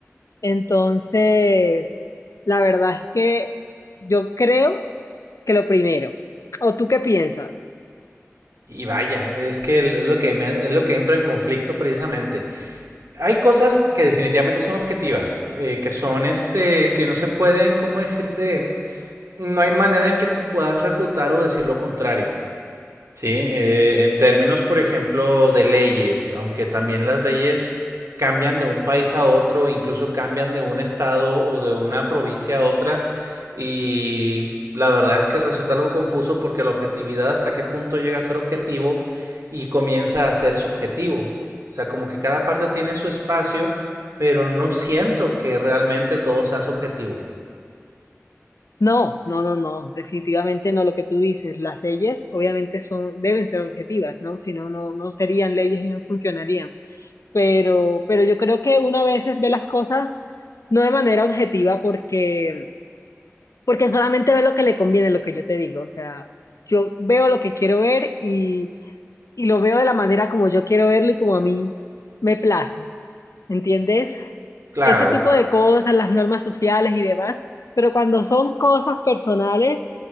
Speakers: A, on the left; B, on the right.
A: Entonces, la verdad es que yo creo que lo primero. ¿O tú qué piensas?
B: Y vaya, es que lo que, me- es lo que entro en conflicto precisamente. Hay cosas que definitivamente son objetivas, eh, que son este, que no se pueden, ¿cómo decirte? No hay manera en que tú puedas refutar o decir lo contrario. Sí, eh, en términos, por ejemplo, de leyes, aunque también las leyes cambian de un país a otro, incluso cambian de un estado o de una provincia a otra, y la verdad es que resulta algo confuso porque la objetividad hasta qué punto llega a ser objetivo y comienza a ser subjetivo. O sea, como que cada parte tiene su espacio, pero no siento que realmente todo sea subjetivo.
A: No, no, no, no, definitivamente no lo que tú dices. Las leyes obviamente son, deben ser objetivas, ¿no? Si no, no, no serían leyes y no funcionarían. Pero, pero yo creo que una vez ve las cosas no de manera objetiva porque, porque solamente ve lo que le conviene, lo que yo te digo. O sea, yo veo lo que quiero ver y, y lo veo de la manera como yo quiero verlo y como a mí me place, ¿entiendes?
B: Claro,
A: Ese tipo de cosas, las normas sociales y demás, pero cuando son cosas personales,